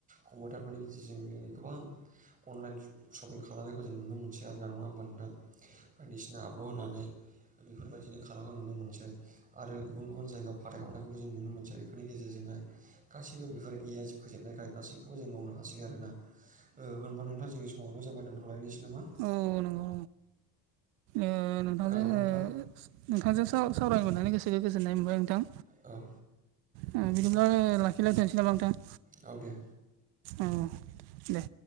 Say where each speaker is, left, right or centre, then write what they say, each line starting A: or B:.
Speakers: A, on the right; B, on the right.
A: कम्पटारफोरनि गेजेरजों जों गोबां अनलाइन शपिं खालामनायखौ जों नुनो मोनसै। <unintelligible> नङा होमबा नोंथां बायदिसिना आबल' होनानै बेफोरबायदिनो खालामनाय नुनो मोनसै आरो गुबुन गुबुन जायगायाव फाथायहरनायखौबो जों नुनो मोनसै इफोरनि गेजेरजोंहाय। गासैबो बेफोर ए आइ जों फैजोबनायखाय गासैखौबो जों मावनो हासै आरोना। ओ होनबा नोंथां जोंनि समाबो जाबाय दोनथ'लायनोसै नामा?
B: औ नंगौ ओ नोंथांजों
A: खोनादोंना नोंथां
B: ओ नोंथांजों साव-सावरायनो मोननानै गोसोखो गोजोननाय मोनबाय नोंथां।
A: औ
B: ओ बिदिब्ला लाखिलाय थ'नोसै नामा नोंथां?
A: औ दे।
B: ओ दे